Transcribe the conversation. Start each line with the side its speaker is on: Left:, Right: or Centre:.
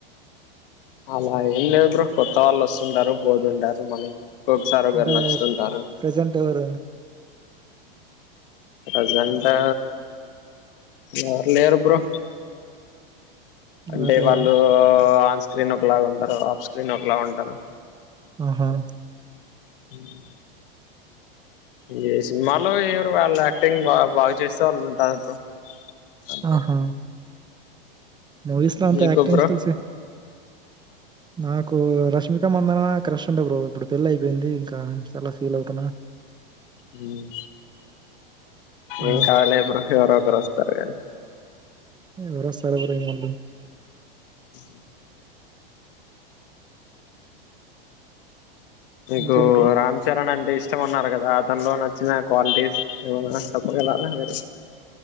Left: అలా ఏం లేదు బ్రో కొత్త వాళ్ళు వస్తుంటారు పోదుంటారు మనకి ఒకసారి ఒకరు
Right: అంటే
Left: నచ్చుతుంటారు
Right: ప్రెజెంట్ ఎవరు
Left: ప్రజెంట్ టా ఎవరు లేరు బ్రో అంటే
Right: ఎవరు లేరా
Left: వాళ్ళు ఆన్ స్క్రీన్ ఓకలా ఉంటారు ఆఫ్ స్క్రీన్ ఓకలా ఉంటారు
Right: ఆహా
Left: హ్మ్మ్ ఈ సినిమాలో ఎవరు వాళ్ళు యాక్టింగ్ బా బాగా చేస్తే వాళ్ళు ఉంటారు బ్రో అంతే
Right: ఆహా మూవీస్ లో అంత
Left: మీకు
Right: యాక్టింగ్
Left: బ్రో
Right: స్కిల్స్ నాకు రష్మిక మందనా క్రష్ ఉండే బ్రో ఇప్పుడు పెళ్లిి అయిపోయింది ఇంకా చాలా ఫీల్ అవుతున్నా
Left: హ్మ్మ్
Right: ఆ
Left: ఏంకాలే బ్రో హోవరో వస్తారు గానీ
Right: ఎవరొస్తారు బ్రో మళ్లీ
Left: హుమ్మ్ మీకు
Right: ఇంకేం బ్రో
Left: రామ్ చరణ్ అంటే ఇష్టం అన్నారు కదా తనిలో నచ్చిన క్వాలిటీస్ ఏమన్నా చెప్పగలరా మీరు